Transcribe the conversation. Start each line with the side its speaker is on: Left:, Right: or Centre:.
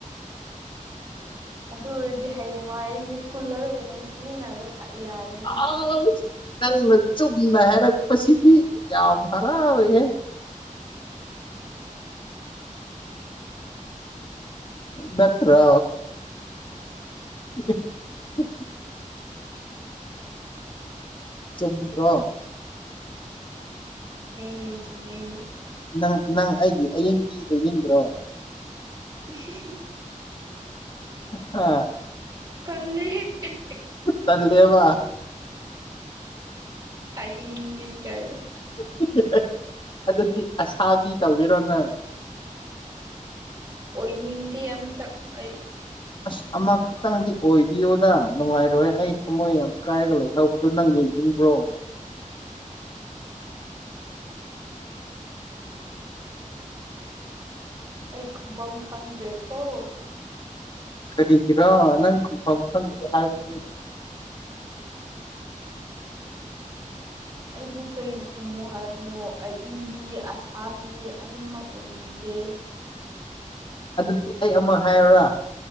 Right: ꯑꯗꯨ ꯑꯣꯏꯔꯗꯤ ꯍꯌꯦꯡꯋꯥꯏ ꯑꯩꯁꯦ ꯀꯨꯂꯔ ꯑꯣꯏꯅ ꯁꯤꯖꯤꯟꯅꯕ ꯊꯥꯛ ꯌꯥꯔꯦ꯫
Left: ꯑꯥꯁ ꯅꯪꯅ ꯆꯨꯝꯅ ꯍꯥꯏꯔꯛꯄꯁꯤꯗꯤ ꯌꯥꯝ ꯍꯔꯥꯎꯋꯦꯍꯦ꯫ ꯅꯠꯇ꯭ꯔꯣ꯫ <inaudible> ꯆꯨꯝꯗ꯭ꯔꯣ꯫
Right: ꯃꯦ ꯆꯨꯝꯃꯦ꯫
Left: ꯅꯪ ꯅꯪ ꯑꯩꯒꯤ ꯑꯌꯤꯡꯗꯤ ꯑꯣꯏꯅꯤꯡꯗ꯭ꯔꯣ꯫
Right: <inaudible>
Left: ꯍꯥ꯫
Right: ꯇꯜꯂꯤꯍꯦ ꯍꯦꯍꯦ꯫
Left: ꯇꯟꯗꯦꯕ꯫
Right: ꯑꯏꯤꯡꯕꯤ ꯀꯥꯏꯅ꯫
Left: <unintelligible> ꯑꯗꯨꯗꯤ ꯑꯁꯥꯕꯤ ꯇꯧꯒꯦꯔꯣ ꯅꯪ꯫
Right: ꯑꯣꯏꯅꯤꯡꯗꯦ ꯑꯝꯇ ꯑꯩ꯫
Left: ꯑꯁ ꯑꯃ ꯈ ꯈꯤꯇꯪꯗꯤ ꯑꯣꯏꯕꯤꯌꯨꯗ ꯅꯨꯡꯉꯥꯏꯔꯣꯏꯍꯧ ꯑꯩ ꯊꯃꯣꯏ ꯌꯥꯝ ꯀꯥꯏꯔꯒ ꯂꯩꯍꯧꯕꯗꯣ ꯅꯪ ꯌꯦꯡꯅꯤꯡꯕ꯭ꯔꯣ꯫
Right: ꯑꯩ ꯈꯨꯐꯝꯝ ꯈꯪꯗ꯭ꯔꯦꯀꯣ꯫
Left: ꯀꯔꯤꯒꯤꯔꯣ ꯅꯪ ꯈꯪꯐꯝ ꯈꯪꯗꯦ ꯍꯥꯏꯕꯗꯤ꯫
Right: ꯑꯩꯕꯨ ꯀꯔꯤ ꯈꯨꯝꯃꯣ ꯍꯥꯏꯕꯅꯣ ꯑꯏꯪꯕꯤ ꯑꯁꯥꯕꯤ꯫ ꯑꯅꯤꯃꯛ ꯑꯣꯏꯅꯤꯡꯗꯦ
Left: ꯑꯗꯨꯗꯤ ꯑꯩ ꯑꯃ ꯍꯥꯏꯌꯣꯔꯥ